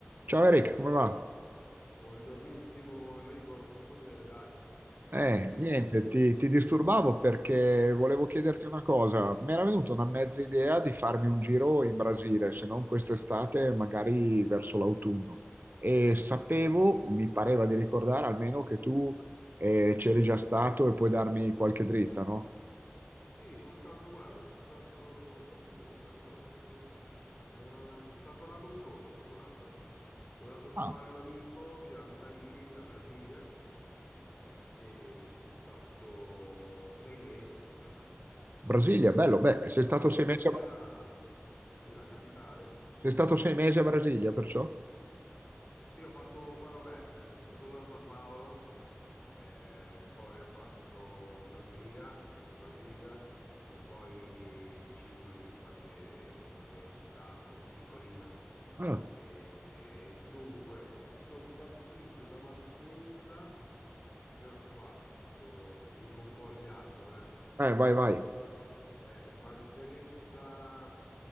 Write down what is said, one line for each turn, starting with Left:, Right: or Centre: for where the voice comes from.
Right: Ciao Eric, come va?
Left: Buongiornissimo Enrico, tutto bene, dai,
Right: Eh,
Left: tutto a posto.
Right: niente, ti, ti disturbavo perché volevo chiederti una cosa. Mi era venuta una mezza idea di farmi un giro in Brasile, se non quest'estate, magari verso l'autunno. E sapevo, mi pareva di ricordare almeno che tu eh, c'eri già stato e puoi darmi qualche dritta, no?
Left: Sì, sono stato, guarda, sono stato, fammi pensare un attimo, Eh, sono stato l'anno scorso, guarda, sono andato a trovare
Right: Ah,
Left: un amico che abita lì a Brasilia e sono stato sei mesi quasi.
Right: Brasilia, bello. Beh, sei stato sei
Left: Brasilia,
Right: mesi a,
Left: sì, la capitale,
Right: sei stato sei mesi a Brasilia, perciò?
Left: Sì, ho fatto, poi vabbè, eh, sono passato da San Paolo, eh, poi ho fatto Brasilia, sono stato a Brasilia e poi vicino lì qualche, qualche città un po' più piccolina.
Right: Ah,
Left: E, dunque, sono partito da Malpensa e ho fatto, ti dico un po' il viaggio, eh.
Right: eh, vai, vai.
Left: Il viaggio è Malpensa,